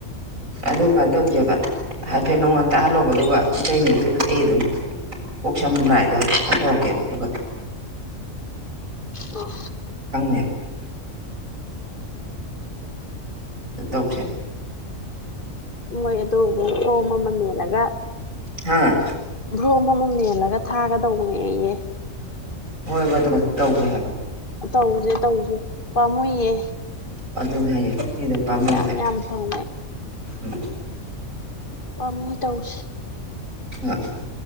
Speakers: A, on the right; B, on the left.
A: ꯑꯗꯨꯀꯟ ꯇꯧꯁꯦꯕ ꯍꯥꯏꯐꯦꯠ ꯅꯪꯉꯣꯟꯗ ꯇꯥꯛꯍꯜꯂꯣ ꯑꯗꯨꯒ ꯃꯩꯇꯩ ꯃꯌꯦꯛꯇꯨꯕꯨꯗꯤ ꯑꯩ ꯑꯗꯨꯝ ꯀꯣꯛ ꯁꯝ ꯂꯥꯥꯏꯗꯣ ꯇꯧꯔꯛꯀꯦꯕ ꯑꯗꯨꯒ
B: ꯑꯣ
A: ꯈꯪꯅꯦꯕ ꯇꯧꯁꯦꯕ
B: ꯍꯣꯏ ꯑꯗꯨ ꯐꯣꯝ ꯑꯃ ꯃꯦꯜꯂꯒ
A: ꯍꯥꯥ
B: ꯐꯣꯝ ꯑꯃ ꯃꯦꯜꯂꯒ ꯊꯥꯒꯗꯧꯕꯅꯦꯌꯦ
A: ꯍꯣꯏꯕ ꯑꯗꯣ ꯇꯧꯖꯦ ꯍꯥꯏꯕ
B: ꯇꯧꯁꯦ ꯇꯧꯁꯦ ꯄꯥꯝꯃꯨꯏꯌꯦ
A: ꯑꯗꯨꯅꯦ ꯍꯥꯏꯖꯦ ꯐꯔꯤꯗ
B: ꯃꯤꯗꯤ
A: ꯄꯥꯝꯃꯨꯏ
B: ꯌꯥꯝ
A: ꯍꯥꯏꯕ
B: ꯌꯥꯝ ꯐꯪꯉꯦ
A: ꯎꯝ
B: ꯄꯥꯝꯃꯨꯏ ꯇꯧꯁꯤ
A: ꯑ